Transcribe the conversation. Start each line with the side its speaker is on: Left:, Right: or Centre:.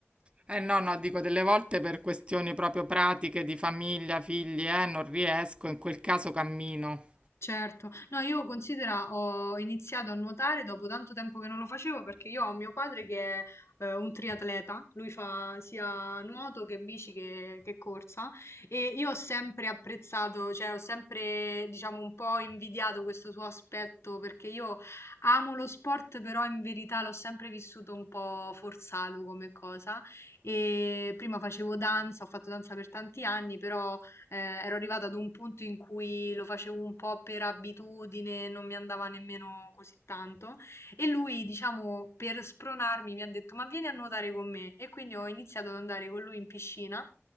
Right: Eh no, no, dico delle volte per questioni proprio pratiche di famiglia, figli, eh, non riesco, in quel caso cammino.
Left: Certo, no io considera ho iniziato a nuotare dopo tanto tempo che non lo facevo perché io ho mio padre che è eh, un triatleta, lui fa sia nuoto che bici che, che corsa e io ho sempre apprezzato, cioè ho sempre diciamo un po' invidiato questo suo aspetto perché io amo lo sport però in verità l'ho sempre vissuto un po' forzato come cosa e prima facevo danza, ho fatto danza per tanti anni però eh, ero arrivata ad un punto in cui lo facevo un po' per abitudine, non mi andava nemmeno così tanto. E lui, diciamo, per spronarmi, mi ha detto: Ma vieni a nuotare con me. E quindi ho iniziato ad andare con lui in piscina.